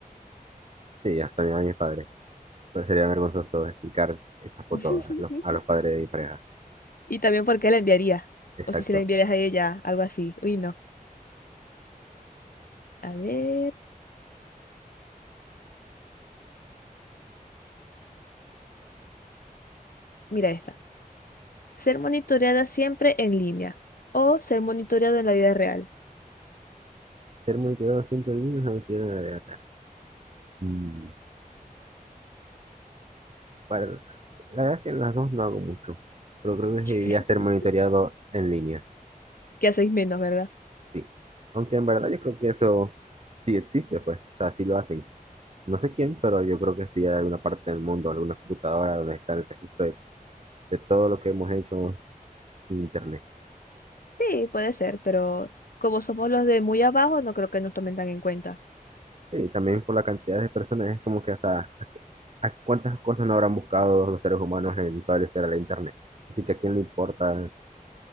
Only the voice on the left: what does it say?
<laughs>
Y también por qué la enviaría.
O si se la enviarías a ella, algo así. Uy, no. A ver. Mira esta. Ser monitoreada siempre en línea o ser monitoreado en la vida real.
<laughs>
Que hacéis menos, ¿verdad?
Sí, puede ser, pero como somos los de muy abajo, no creo que nos tomen tan en cuenta.